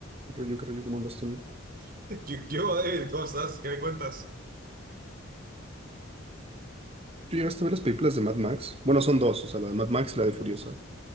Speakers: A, on the right (about 30°); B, on the right (about 45°).
A: Qué Rollo que rollo como andas, Tony.
B: <laughs> ¿Qué, qué hubo, David? ¿Cómo estás? ¿Qué me cuentas?
A: ¿Tú llegaste a ver las películas de Mad Max? Bueno, son dos, o sea, la de Mad Max y la de Furiosa.